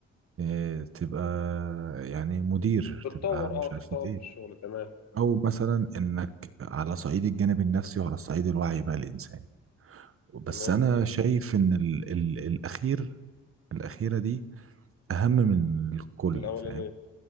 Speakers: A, on the right (about 45°); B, on the left (about 60°).
A: إيه، تبقى يعني مدير
B: تتطور
A: تبقى مش
B: اه
A: عارفة
B: تتطور
A: ايه
B: في الشغل تمام
A: او مثلا انك على صعيد الجانب النفسي وعلى صعيد الوعي بقى الانساني بس
B: تمام
A: انا شايف ان ال ال الاخير الاخيرة دي اهم من الكل
B: الاولانيه
A: فاهم